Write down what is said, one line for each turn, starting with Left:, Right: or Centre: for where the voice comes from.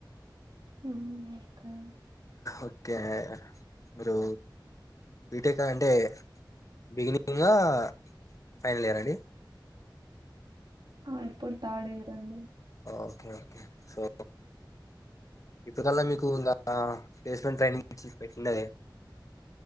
Right: <inaudible>
Left: ఓకే మీరు బీటెక్ అంటే బిగినింగ్గా ఫైనల్ ఇయర్ అండి
Right: ఆ ఇప్పుడు థర్డ్ యియర్ అండి
Left: ఓకే ఓకే సో ఇప్పటికల్లా మీకు ఇంకా ప్లేస్మెంట్ ట్రైనింగ్ పెట్టిండలే